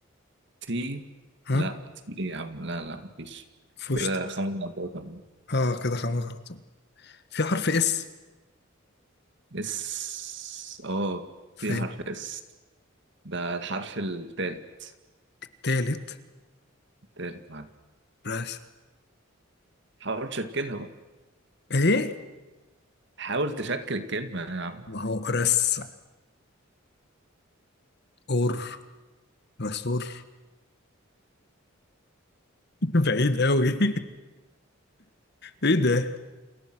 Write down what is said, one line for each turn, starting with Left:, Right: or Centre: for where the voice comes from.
Right: تي
Left: ها
Right: لا تي ايه يا عم لا لا مفيش
Left: فوشت
Right: كده خمس غلطات كمان
Left: اه كده خمس غلطات في حرف اس
Right: اس اه
Left: في
Right: في حرف اس ده الحرف التالت
Left: التالت
Right: التالت معانا
Left: بس
Right: حاول تشكلها بقى
Left: ايه
Right: حاول تشكل الكلمة يا عم
Left: ما هو رس اور رسور <laughs> بعيد قوي <laughs> ايه ده